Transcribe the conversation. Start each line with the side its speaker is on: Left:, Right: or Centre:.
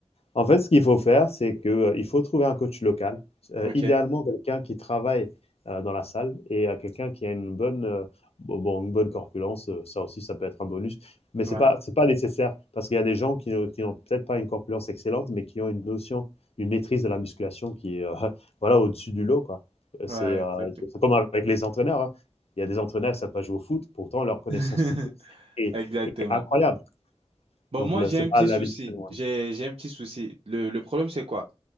Left: en fait, ce qu'il faut faire, c'est que, heu, il faut trouver un coach local, heu,
Right: Ok,
Left: idéalement quelqu'un qui travaille, heu, dans la salle et heu, quelqu'un qui a une bonne, heu, bon bon, une bonne corpulence, heu, ça aussi, ça peut être un bonus, mais
Right: ouais,
Left: c'est pas c'est pas nécessaire parce qu'il y a des gens qui, n'ont qui ont peut-être pas une corpulence excellente, mais qui ont une notion, une maîtrise de la musculation qui est, heu, <laughs> voilà, au-dessus du lot, quoi. Heu,
Right: ouais,
Left: c'est, heu,
Right: exactement.
Left: c'est comme avec les entraîneurs, hein. Il y a des entraîneurs, ils savent pas jouer au foot, pourtant leur connaissance
Right: <laughs>
Left: footballistique est
Right: Exactement.
Left: est incroyable,
Right: Bon,
Left: donc
Right: moi,
Left: le
Right: j'ai
Left: c'est
Right: un petit
Left: pas l'avis
Right: souci.
Left: de tout le
Right: J'ai,
Left: monde.
Right: j'ai un petit souci. Le, le problème, c'est quoi?